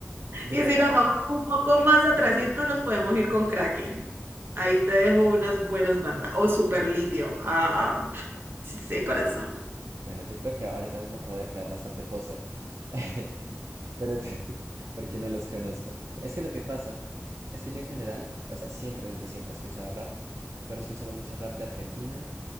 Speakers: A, on the right (about 75°); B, on the right (about 45°).
A: yo
B: Y
A: te,
B: si
A: te-
B: nos vamos un poco más atrasito, nos podemos ir con Kraken. Ahí te dejo unas buenas bandas. O Super Litio. Ah, sí, sí, corazón.
A: Bueno, yo creo que ahorita mismo acabo de quedar bastante poser. <laughs> Pero es <laughs> porque no los conozco. Es que lo que pasa es que yo en general, o sea, siempre, desde siempre he escuchado rap, pero he escuchado mucho rap de Argentina